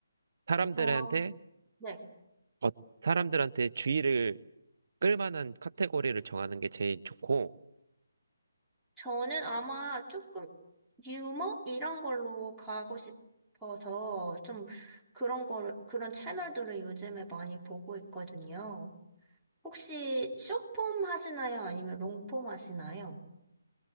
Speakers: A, on the right; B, in the centre.
A: 사람들한테
B: 어, 네.
A: 어, 사람들한테 주의를 끌만한 카테고리를 정하는 게 제일 좋고
B: 저는 아마 조금 유머? 이런 걸로 가고 싶어서 좀 그런 거를, 그런 채널들을 요즘에 많이 보고 있거든요. 혹시 쇼폼 하시나요? 아니면 롱폼 하시나요?